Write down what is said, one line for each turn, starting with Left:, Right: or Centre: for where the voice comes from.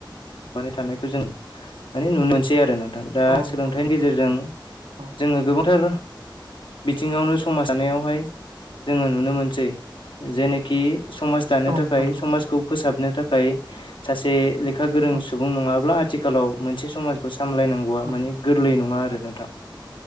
Left: नांथाबनानै थानायखौ जोङो माने नुनो मोनसै आरो नोंथां। दा
Right: औ नंगौ
Left: सोलोंथाइनि
Right: नोंथां
Left: गेजेरजों
Right: औ
Left: जोङो गोबांथार बिथिङावनो समाज जानायावहाय। जोङो नुनो मोनसै जेनोखि समाज। दानो
Right: औ नोंथां
Left: थाखाय
Right: नंगौ
Left: समाजखौ फोसाबनो थाखाय सासे लेखा गोरों
Right: ओं
Left: सुबुं नङाब्ला आथिखाल आथिखालाव मोनसे समाजखौ सामलायनांगौआ
Right: ओं
Left: माने गोरलै नङा आरो नोंथां।